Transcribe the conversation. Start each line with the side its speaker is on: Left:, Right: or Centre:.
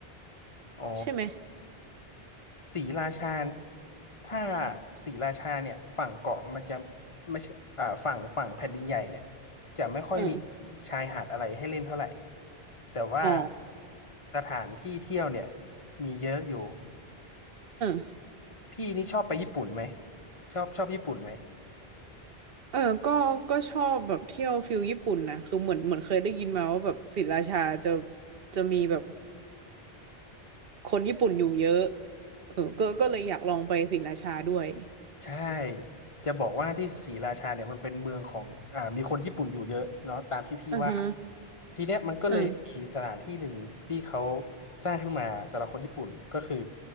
Left: อ๋อ
Right: ใช่ไหม
Left: ศรีราชาถ้าศรีราชาเนี่ยฝั่งเกาะมันจะไม่ใช่อ่าฝั่งฝั่งแผ่นดินใหญ่เนี่ยจะไม่ค่อยมี
Right: เออ
Left: ชายหาดอะไรให้เล่นเท่าไหร่ แต่ว่า
Right: อ๋อ
Left: สถานที่เที่ยวเนี่ยมีเยอะอยู่
Right: เออ
Left: พี่นี่ชอบไปญี่ปุ่นไหมชอบชอบญี่ปุ่นไหม
Right: เออก็ก็ชอบแบบเที่ยวฟิลญี่ปุ่นนะคือเหมือนเหมือนเคยได้ยินมาว่าแบบศรีราชาจะจะมีแบบคนญี่ปุ่นอยู่เยอะเออก็ก็เลยอยากลองไปศรีราชาด้วย
Left: ใช่จะบอกว่าที่ศรีราชาเนี่ยมันเป็นเมืองของอ่ามีคนญี่ปุ่นอยู่เยอะเนาะตามที่พี่ว่า
Right: อือฮึ
Left: ทีเนี้ยมันก็เลยมีสถานที่หนึ่งที่เขา
Right: เออ
Left: สร้างขึ้นมาสำหรับคนญี่ปุ่นก็คือ